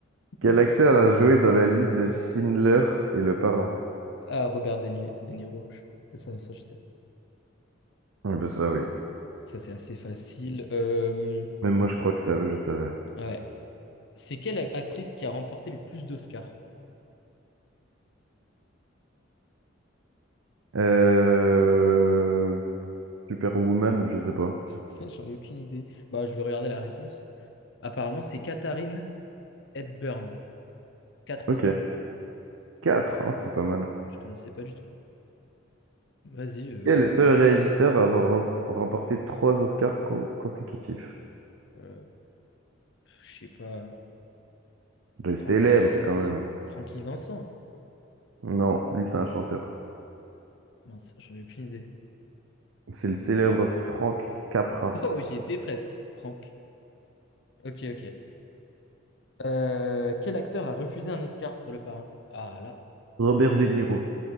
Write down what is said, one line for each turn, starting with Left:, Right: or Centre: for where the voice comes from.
Right: Quel
Left: <laughs>
Right: acteur a joué dans la liste de Schindler et Le Parrain?
Left: Ah, Robert De Ni- De Niro. je- Ça, ça, je sais.
Right: Ah, ben, ça, oui.
Left: Ça, c'est assez facile. Euh,
Right: Même moi, je crois que ça, je savais.
Left: ouais. C'est quelle a- actrice qui a remporté le plus d'Oscars?
Right: Euh... Superwoman, je sais pas.
Left: <laughs> J'en ai aucune idée. Bah, je vais regarder la réponse. Apparemment, c'est Katharine Hepburn. 4
Right: Ok.
Left: Oscars.
Right: 4, c'est pas mal.
Left: Je connaissais pas du tout. Vas-y, euh,
Right: Quel est le seul réalisateur à avoir rem- remporté trois Oscars co- consécutifs?
Left: euh, je sais pas.
Right: Le
Left: Francky...
Right: célèbre, quand même.
Left: Francky Vincent.
Right: Non, lui, c'est un chanteur.
Left: Mince, j'en ai aucune idée.
Right: C'est le célèbre Frank Capra.
Left: Oh, j'y étais presque. Franck. Ok, ok. Euh, quel acteur a refusé un Oscar pour Le Parrain? Ah là.
Right: Robert De Niro.